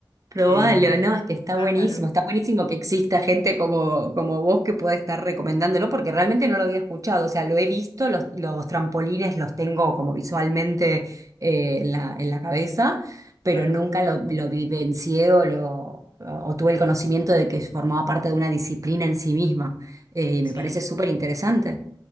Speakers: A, on the right; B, on the left.
A: Probalo,
B: Eh,
A: no, es que está buenísimo,
B: claro,
A: está buenísimo que exista gente como, como vos que pueda estar recomendándolo, porque realmente no lo había escuchado, o sea, lo he visto, los, los trampolines los tengo como visualmente eh, en la, en la cabeza, pero
B: claro,
A: nunca lo, lo vivencié o, lo, o tuve el conocimiento de que formaba parte de una disciplina en sí misma, eh, y
B: sí.
A: me parece súper interesante.